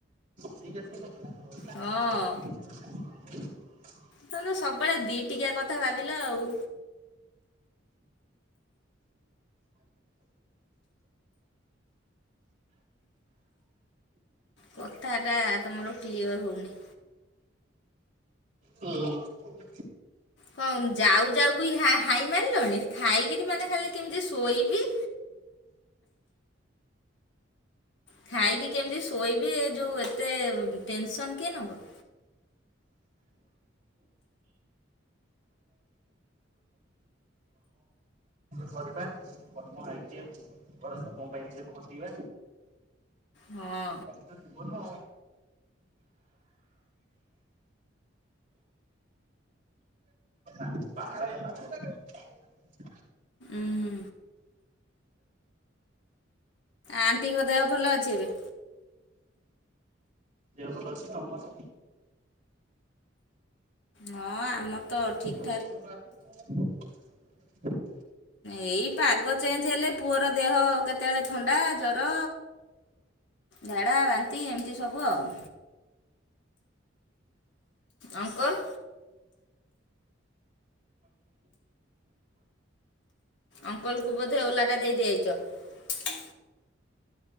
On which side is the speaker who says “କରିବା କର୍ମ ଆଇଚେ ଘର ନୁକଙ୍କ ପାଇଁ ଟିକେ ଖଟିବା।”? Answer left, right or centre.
Right